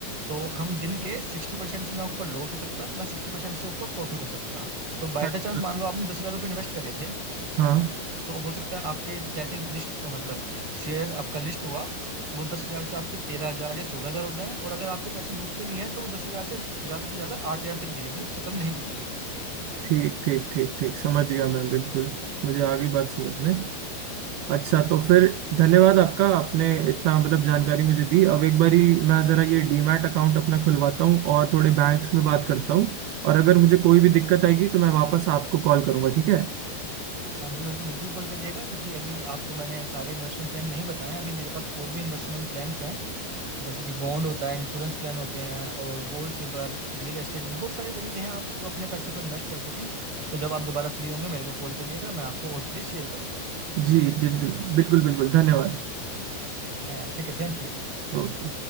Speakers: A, on the right (about 30°); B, on the right (about 70°).
A: तो हम दिन के सिक्सटी परसेंट से ना ऊपर लॉस हो सकता ना सिक्सटी परसेंट से ऊपर प्रॉफिट हो सकता तो बाय
B: अच्छा
A: द चांस मान लो आपने दस हजार रुपये इन्वेस्ट करे थे
B: हाँ
A: तो हो सकता है आपके जैसे लिस्ट मतलब शेयर आपका लिस्ट हुआ वो दस हजार से आपके तेरह हजार या सोलह हजार हो जाए और अगर आपके पैसे डूबते भी हैं तो वो दस हजार से ज्यादा से ज्यादा आठ हजार तक गिरेंगे उससे कम नहीं गिरेंगे
B: ठीक ठीक ठीक ठीक समझ गया मैं बिल्कुल मुझे आ गई बात समझ में अच्छा तो फिर धन्यवाद आपका आपने इतना मतलब जानकारी मुझे दी अब एक बारी मैं ज़रा ये डीमैट अकाउंट अपना खुलवाता हूँ और थोड़े बैंक्स में बात करता हूँ और अगर मुझे कोई भी दिक्कत आएगी तो मैं वापस आपको कॉल करूँगा ठीक है
A: हाँ जी मेरे को बिल्कुल कॉल करिएगा क्योंकि अभी आपको मैंने सारे इन्वेस्टमेंट प्लान नहीं बताए अभी मेरे पास और भी इन्वेस्टमेंट प्लान्स हैं जैसे कि बॉन्ड होता है इंश्योरेंस प्लान होते हैं और गोल्ड सिल्वर रियल एस्टेट बहुत सारे तरीके हैं आपको अपने पैसे को इन्वेस्ट कर सकें तो जब आप दोबारा फ्री होंगे मेरे को कॉल करिएगा मैं आपको और चीजें शेयर करूंगा
B: जी जी बिल्कुल बिल्कुल धन्यवाद
A: हैं, ठीक है थैंक यू
B: ओके